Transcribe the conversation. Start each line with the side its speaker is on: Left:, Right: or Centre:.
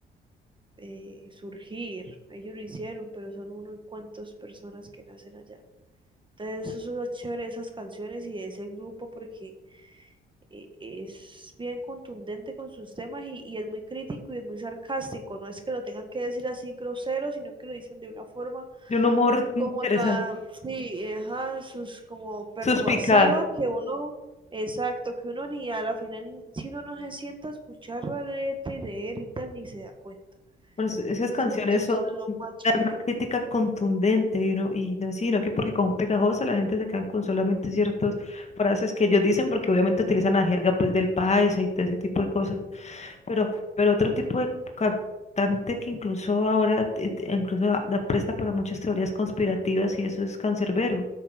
Right: eh, surgir, ellos lo hicieron, pero son uno en cuantos personas que nacen allá. Entonces eso es lo chévere de esas canciones y de ese grupo porque eh, es bien contundente con sus temas y, y es muy crítico y es muy sarcástico. No es que lo tengan que decir así grosero, sino que lo dicen de una forma
Left: de un humor interesante,
Right: como tan, sí, ajá, sus como persuasiva
Left: suspicaz.
Right: que uno, exacto, que uno ni a la final, si uno no se sienta a escuchar la letra y leer y tal, ni se da cuenta.
Left: Por eso esas
Right: Entonces
Left: canciones
Right: eso
Left: son
Right: es lo más chévere
Left: dan una crítica contundente y uno, y no sino que porque con pegajosa la gente se queda con solamente ciertas frases que ellos dicen porque obviamente utilizan la jerga pues del país y todo ese tipo de cosas. Pero, pero otro tipo de cantante que incluso ahora te- te- incluso da- da presta para muchas teorías conspirativas y eso es Cancerbero